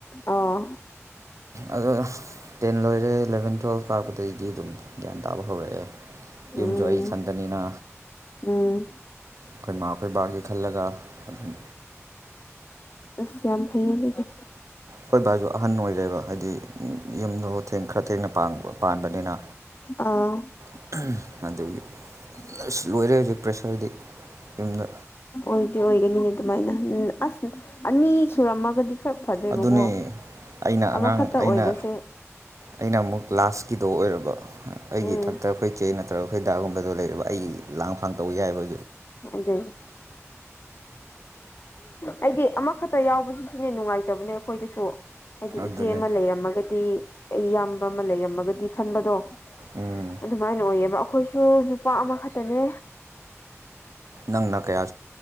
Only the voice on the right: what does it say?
ꯑꯗꯣ ꯇꯦꯟ ꯂꯣꯏꯔꯦ ꯏꯂꯚꯦꯟ ꯇꯨꯌꯦꯜꯐ ꯀꯥꯄꯗꯩꯩꯗꯤ ꯑꯗꯨꯝ ꯒ꯭ꯌꯥꯟ ꯇꯥꯕ ꯍꯧꯔꯛꯑꯦ꯫ ꯌꯨꯝꯖꯣ
ꯑꯩ ꯏꯊꯟꯇꯅꯤꯅ
ꯈꯣꯏꯃꯥ ꯈꯣꯏꯕꯥꯒꯤ ꯈꯜꯂꯒ ꯑꯗꯨꯝ
ꯍꯣꯏ ꯕꯥꯁꯨ ꯑꯍꯟ ꯑꯣꯏꯔꯦꯕ ꯍꯥꯏꯗꯤ ꯌꯨꯝꯗ ꯊꯦꯡ ꯈꯔ ꯊꯦꯡꯅ ꯄꯥꯟ ꯄꯥꯟꯕꯅꯤꯅ꯫
<unintelligible> ꯑꯗꯒꯤ ꯑꯁ ꯂꯣꯏꯔꯦ ꯍꯧꯖꯤꯛ ꯄ꯭ꯔꯦꯁꯔꯗꯤ ꯌꯨꯝꯗ
ꯑꯗꯨꯅꯦ ꯑꯩꯅ ꯑꯉꯥꯡ
ꯑꯩꯅ
ꯑꯩꯅ ꯑꯃꯨꯛ ꯂꯥꯁꯀꯤꯗꯣ ꯑꯣꯏꯔꯕ ꯑꯩꯒꯤ
ꯏꯊꯛꯇ ꯑꯩꯈꯣꯏ ꯆꯦ ꯅꯠꯇ꯭ꯔꯒ ꯑꯩꯈꯣꯏ ꯗꯥꯒꯨꯝꯕꯗꯣ ꯂꯩ ꯑꯩ ꯂꯥꯡ ꯐꯥꯡ ꯇꯧ ꯌꯥꯏ ꯍꯥꯏꯕ
ꯑꯗꯨꯅꯦ
ꯎꯝ
ꯅꯪꯅ ꯀꯌꯥ